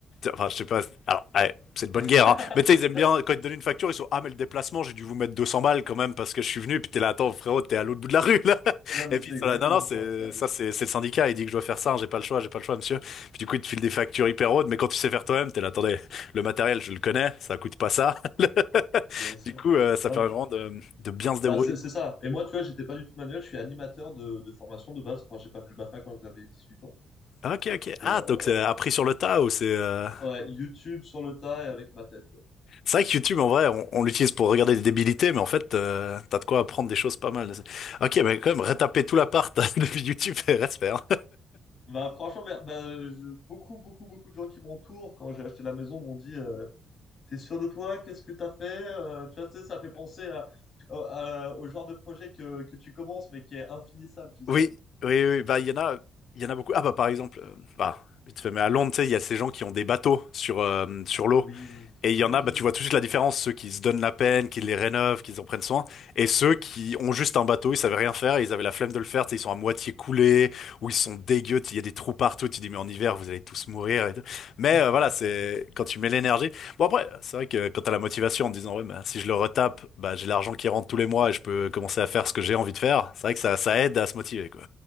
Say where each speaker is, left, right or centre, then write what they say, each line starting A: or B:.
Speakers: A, on the left (about 55°); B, on the left (about 40°).
A: Enfin, je sais pas. Alors, ouais, c'est de bonne
B: <laughs>
A: guerre, hein. Mais tu sais, ils aiment bien, quand ils te donnent une facture, ils sont, ah, mais le déplacement, j'ai dû vous mettre 200 balles quand même parce que je suis venu, puis t'es là, attends, frérot, t'es à l'autre bout de la rue, là. <laughs>
B: Non, mais
A: Et puis,
B: c'est
A: ils
B: exactement
A: sont là, non, non, c'est,
B: ça. C'est hallucinant.
A: ça, c'est, c'est le syndicat, il dit que je dois faire ça, hein, j'ai pas le choix, j'ai pas le choix, monsieur. Puis du coup, ils te filent des factures hyper hautes, mais quand tu sais faire toi-même, t'es là, attendez, le matériel, je le connais, ça coûte pas ça. <laughs>
B: Bien sûr.
A: Du coup, euh, ça
B: Non,
A: permet vraiment de, de bien se débrouiller.
B: Bah, c'est c'est ça. Et moi, tu vois, j'étais pas du tout manuel. Je suis animateur de, de formation de base. Enfin, j'ai pas fait le BAFA quand j'avais 18 ans.
A: Ah, Ok, ok.
B: Et
A: Ah,
B: euh,
A: donc c'est appris sur le tas ou c'est, euh,
B: ouais, YouTube sur le tas et avec ma tête, quoi.
A: C'est vrai que YouTube, en vrai, on, on l'utilise pour regarder des débilités, mais en fait, euh, t'as de quoi apprendre des choses pas mal. Ok, mais quand
B: Ouais.
A: même, retaper tout l'appart <laughs> depuis YouTube, reste faire.
B: Bah, franchement, bah, bah, je- beaucoup, beaucoup, beaucoup de gens qui m'entourent quand j'ai acheté la maison m'ont dit euh, T'es sûr de toi? Qu'est-ce que t'as fait? Euh, tu vois, tu sais, ça fait penser à, à- à- au genre de projet que, que tu commences, mais qui est infinissable, tu sais.
A: Oui, oui, oui, oui. bah, il y en a, il y en a beaucoup. Ah, bah, par exemple, euh, bah, vite fait, mais à Londres, tu sais, il y a ces gens qui ont des bateaux sur, euh, sur l'eau.
B: Oui,
A: Et il
B: oui.
A: y en a, bah, tu vois tout de suite la différence, ceux qui se donnent la peine, qui les rénovent, qui en prennent soin, et ceux qui ont juste un bateau, ils savaient rien faire, et ils avaient la flemme de le faire, tu sais, ils sont à moitié coulés, ou ils sont dégueux, tu- il y a des trous partout, tu dis mais en hiver vous allez tous mourir et tout. Mais
B: <laughs>
A: euh, voilà, c'est quand tu mets l'énergie. Bon après, c'est vrai que quand t'as la motivation en te disant ouais bah, si je le retape, bah j'ai l'argent qui rentre tous les mois et je peux commencer à faire ce que j'ai envie de faire. C'est vrai que ça ça aide à se motiver quoi.